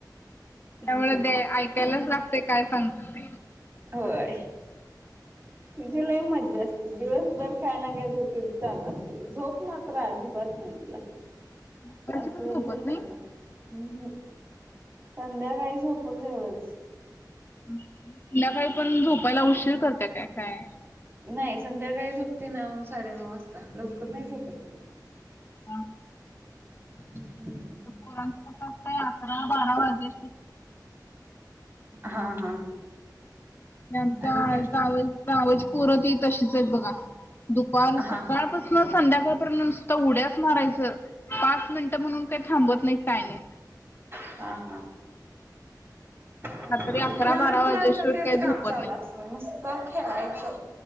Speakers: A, on the right; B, on the left.
A: हम्म
B: त्यामुळे ते ऐकायलाच लागतयं काय सांगत
A: होय तिझ लई मज्जा असते दिवसभर काय ना काय तर चालु असते झोप मात्र अजी पत नाही तिला
B: दुपारची
A: पसला
B: पण
A: झोपत
B: नाही?
A: नाय हम्म हम् संध्याकाळी झोपल तेवढंच
B: संध्याकाळी पण झोपायला उशीर करते काय काय
A: नाही संध्याकाळी झोपती नऊ साडेनऊ वाजता लवकर नाही झोपत
B: आ
A: हम् <inaudible>
B: पोरांचं कसं असतं अकरा बारा वाजे
A: हा हा
B: आमच्या
A: आणि काय
B: जाव जावेज परत तशीच आहे बघा दुपार
A: हा
B: सकाळच, मग संध्याकाळपर्यंत नुसतं उड्याचं मारायचं पाच मिनिटं म्हणून काही थांबत नाहीत काय नाय
A: हा हा लहान
B: रात्री अकरा बारा
A: मुलांचं
B: वाजेशिवाय
A: तेच
B: काही
A: काम
B: झोपत
A: चालू
B: नाहीत.
A: असतं नुसतं खेळायचं